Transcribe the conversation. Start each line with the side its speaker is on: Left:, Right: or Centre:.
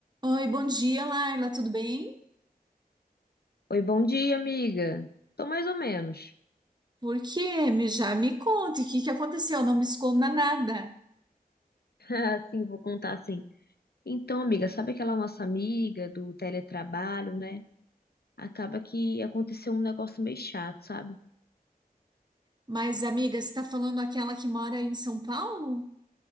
Right: Oi, bom dia, Laila, tudo bem?
Left: Oi, bom dia, amiga. Tô mais ou menos.
Right: Por quê? Me, já me conte, o que que aconteceu? Não me esconda nada.
Left: <laughs> Ah, Sim, vou contar assim. Então, amiga, sabe aquela nossa amiga do teletrabalho, né? Acaba que aconteceu um negócio meio chato, sabe?
Right: Mas, amiga, você está falando aquela que mora em São Paulo?